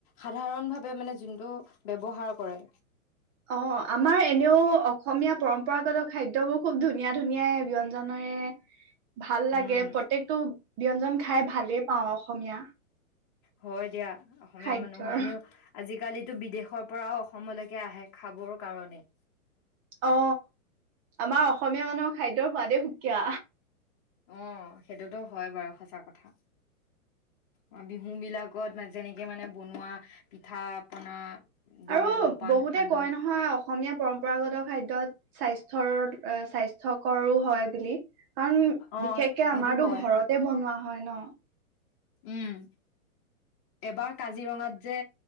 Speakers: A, on the left; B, on the right.
A: সাধাৰণ ভাৱে মানে জোনটো ব্যৱহাৰ কৰে।
B: অ, আমাৰ এনেও অ অসমীয়া পৰম্পৰাগত খাদ্যবোৰ খুব ধুনীয়া ধুনীয়াই ব্যঞ্জনেৰে। <unintelligible> ভাল
A: উম
B: লাগে প্ৰত্যেকটো ব্যঞ্জন। খাই ভালেই পাওঁ অসমীয়া
A: হয় দিয়া অসমীয়া
B: খাদ্যৰ
A: মানুহৰ এনেও আজি কালিতো বিদেশৰ পৰাও অসমলৈকে আহে খাবৰ কাৰণে।
B: অ আমাৰ অসমীয়া মানুহৰ খাদ্য সোৱাদেই সুকীয়া।
A: অ সেইটোতো হয় বাৰু সঁচা কথা অ বিহু বিলাকত যেনেকে মানে বনোৱা পিঠা পনা দৈ
B: আৰু
A: জলপান
B: বহুতে
A: সান্দহ
B: কয় নহয় অসমীয়া পৰম্পৰাগত খাদ্যত স্বাস্থ স্থ্যৰ স্বাস্থ্যকৰো হয় বুলি। কাৰণ
A: অ
B: বিশেষকে
A: সেইটো
B: আমাৰতো
A: কয়
B: ঘৰতে বনোৱা হয় ন।
A: উম এবাৰ কাজিৰঙাত যে